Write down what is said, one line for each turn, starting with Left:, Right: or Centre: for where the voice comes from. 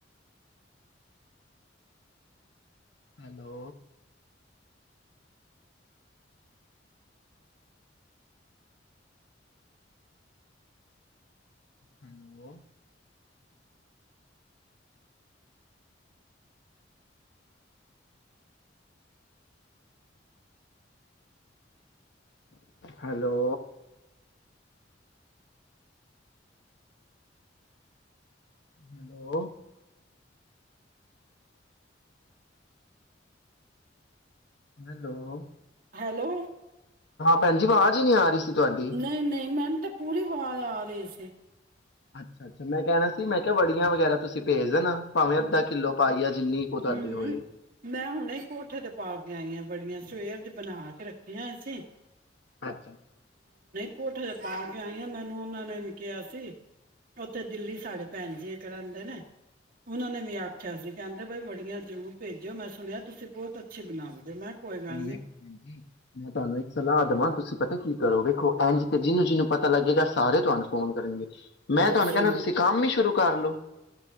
Left: hello hello hello hello. Hello
Right: hello
Left: ਭੈਣਜੀ ਆਵਾਜ਼ ਹੀ ਨੀ ਆ ਰਹੀ ਸੀ ਤੁਹਾਡੀ
Right: ਨਹੀਂ, ਨਹੀਂ ਮੈਨ ਤੇ ਪੂਰੀ ਆਵਾਜ਼ ਆ ਰਹੀ ਸੀ।
Left: ਅੱਛਾ, ਅੱਛਾ ਮੈਂ ਕਹਿਣਾ ਸੀ, ਮੈਂ ਕਿਹਾ ਵੜੀਆਂ ਵਗੈਰਾ ਤੁਸੀਂ ਭੇਜ ਦੇਣਾ। ਭਾਵੇਂ ਅੱਧਾ
Right: ਹਮ,
Left: ਕਿੱਲੋ ਪਾਈ ਆ ਜਿੰਨੀ ਕੁ ਤੁਹਾਡੀ
Right: ਹਮ
Left: ਹੋਏ
Right: ਮੈਂ ਹੁਣੇ ਕੋਠੇ ਤੇ ਪਾ ਕੇ ਗਈਆਂ ਬੜੀਆਂ ਸਵੇਰ ਚ ਬਣਾ ਕੇ ਰੱਖੀਆਂ ਅਸੀਂ
Left: ਅੱਛਾ ਅੱਛਾ।
Right: ਕੋਠੇ ਤੇ ਪਾ ਕੇ ਆਈ ਆ, ਮੈਨੂੰ ਉਹਨਾਂ ਨੇ ਵੀ ਕਿਹਾ ਸੀ। ਉੱਥੇ ਦਿੱਲੀ ਸਾਡੇ ਭੈਣ ਜੀ ਇੱਕ ਰਹਿੰਦੇ ਨੇ ਉਹਨਾਂ ਨੇ ਵੀ ਆਖਿਆ ਸੀ। ਕਹਿੰਦੇ ਬਾਈ ਬੜੀਆਂ ਜ਼ਰੂਰ ਭੇਜਿਓ ਮੈਂ ਸੁਣਿਆ ਤੁਸੀਂ ਬਹੁਤ ਅੱਛੀ ਬਣਾਉਣਦੇ ਹੋ ਮੈਂ ਕੋਈ ਗੱਲ
Left: ਹਮ
Right: ਨੀ
Left: ਹਮ। ਮੈਂ ਤਾਨੂੰ ਇੱਕ ਸਲਾਹ ਦਵਾਂ ਤੁਸੀਂ ਪਤਾ ਕੀ ਕਰੋ ਵੇਖੋ ਇਂਝ ਤੇ ਜਿਹਨੂੰ, ਜਿਹਨੂੰ ਪਤਾ ਲੱਗੇਗਾ ਸਾਰੇ ਤੁਹਾਨੂੰ ਫੋਨ ਕਰਨਗੇ ਮੈਂ
Right: ਅੱਛਾ
Left: ਤੁਹਾਨੂੰ ਕਹਿਣਾ ਤੁਸੀਂ ਕੰਮ ਹੀ ਸ਼ੁਰੂ ਕਰਲੋ।